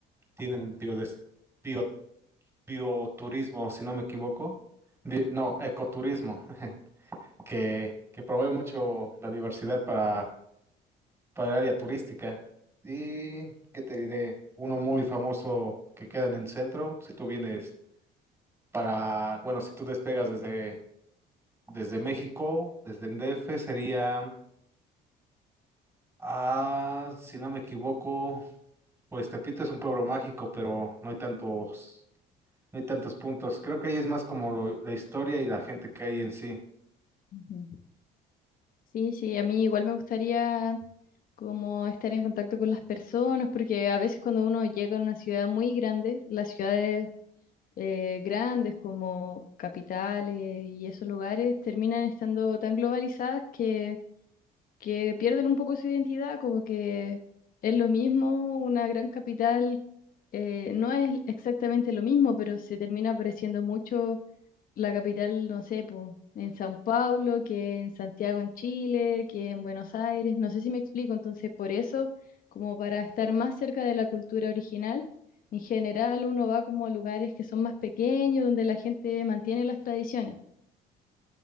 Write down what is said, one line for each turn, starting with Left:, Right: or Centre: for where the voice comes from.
Right: tienen biodes- bio- bioturismo, si no me equivoco. Di- no, ecoturismo, <laughs> que, que promueve mucho la diversidad para, para el área turística. Y, ¿qué te diré? Uno muy famoso que queda en el centro, si tú vienes para, bueno, si tú despegas desde Desde México, desde el DF sería, ah, si no me equivoco, pues Tepito es un pueblo mágico, pero no hay tantos, no hay tantos puntos. Creo que ahí es más como lo- la historia y la gente que hay en sí.
Left: ujú. Sí, sí, a mí igual me gustaría como estar en contacto con las personas, porque a veces cuando uno llega a una ciudad muy grande, las ciudades eh, grandes como capitales y esos lugares terminan estando tan globalizadas que que pierden un poco su identidad, como que es lo mismo, una gran capital eh, no es exactamente lo mismo, pero se termina pareciendo mucho la capital, no sé, po, en San Paulo, que en Santiago en Chile, que en Buenos Aires, no sé si me explico, entonces por eso, como para estar más cerca de la cultura original. En general, uno va como a lugares que son más pequeños, donde la gente mantiene las tradiciones.